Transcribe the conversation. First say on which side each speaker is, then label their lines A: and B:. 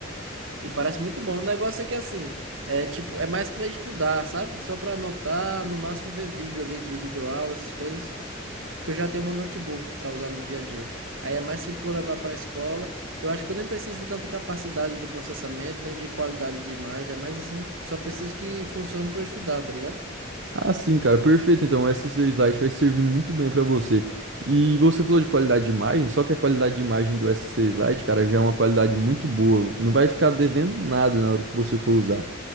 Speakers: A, on the right (about 80°); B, on the right (about 65°).
A: E E parece muito bom. O negócio é que assim, é tipo, é mais pra estudar, sabe? Só pra anotar, no máximo ver vídeo ali de videoaula, essas coisas. Porque eu já tenho meu notebook pra usar no dia a dia. Aí é mais tipo eu levar pra escola. Eu acho que eu nem preciso de tanta capacidade de processamento, nem de qualidade de imagem. É mais assim, só preciso que funcione pra eu estudar, tá ligado?
B: Ah, sim, cara, perfeito. Então, o SC Slide vai servir muito bem para você. E você falou de qualidade de imagem, só que a qualidade de imagem do s SC Slide, cara, já é uma qualidade muito boa. Não vai ficar devendo nada na hora que você for usar.